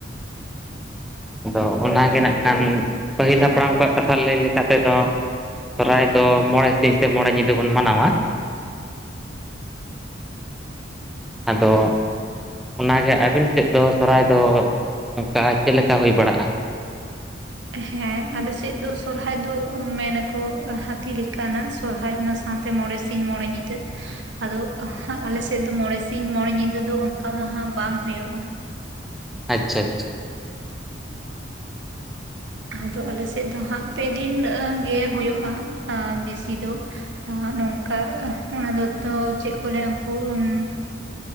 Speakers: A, in the centre; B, on the right.
A: <inaudible> ᱟᱫᱚ ᱚᱱᱟᱜᱮ ᱱᱟᱜ ᱠᱷᱟᱱ ᱯᱟᱹᱦᱤᱞ ᱦᱟᱯᱲᱟᱢ ᱠᱚᱣᱟᱜ ᱠᱟᱛᱷᱟ ᱞᱟᱹᱭ ᱞᱮᱠᱟ ᱛᱮᱫᱚ᱾ ᱥᱚᱦᱚᱨᱟᱭ ᱫᱚ ᱢᱚᱬᱮ ᱥᱤᱧ ᱥᱮ ᱢᱚᱬᱮ ᱧᱤᱫᱟᱹ ᱵᱚᱱ ᱢᱟᱱᱟᱣᱟ᱾ ᱟᱫᱚ ᱚᱱᱟᱜᱮ ᱟᱹᱵᱤᱱ ᱥᱮᱫ ᱫᱚ ᱥᱚᱦᱚᱨᱟᱭ ᱫᱚ ᱚᱱᱠᱟ ᱪᱮᱫ ᱞᱮᱠᱟ ᱦᱩᱭ ᱵᱟᱲᱟᱜᱼᱟ᱾ <inaudible>
B: ᱦᱮᱸ ᱟᱞᱮᱥᱮᱫ ᱫᱚ ᱥᱚᱦᱚᱨᱟᱭ ᱫᱚ ᱢᱮᱱᱟᱠᱚ ᱦᱟᱹᱛᱤ ᱞᱮᱠᱟᱱᱟᱜ ᱥᱚᱦᱚᱨᱟᱭ ᱚᱱᱟ ᱥᱟᱶᱛᱮ ᱢᱚᱬᱮ ᱥᱤᱧ ᱢᱚᱬᱮ ᱧᱤᱫᱟᱹ ᱟᱫᱚ ᱟᱞᱮ ᱥᱮᱫ ᱫᱚ ᱢᱚᱬᱮ ᱥᱤᱧ ᱢᱚᱬᱮ ᱧᱤᱫᱟᱹ ᱫᱚ ᱚᱱᱠᱟ ᱫᱚ ᱦᱟᱸᱜ ᱵᱟᱝ ᱦᱩᱭᱩᱜᱼᱟ᱾
A: ᱟᱪᱪᱷᱟ ᱟᱪᱪᱷᱟ
B: ᱟᱫᱚ ᱟᱞᱮ ᱥᱮᱫ ᱫᱚ ᱦᱟᱸᱜ ᱯᱮ ᱫᱤᱱ ᱜᱮ ᱦᱩᱭᱩᱜᱼᱟ ᱵᱮᱥᱤ ᱫᱚ᱾ ᱱᱟᱦᱟᱜ ᱱᱚᱝᱠᱟ ᱚᱱᱟ ᱫᱚᱛᱚ ᱪᱮᱫ ᱠᱚ ᱞᱟᱹᱭᱟ ᱩᱱᱠᱩ ᱮᱸᱜ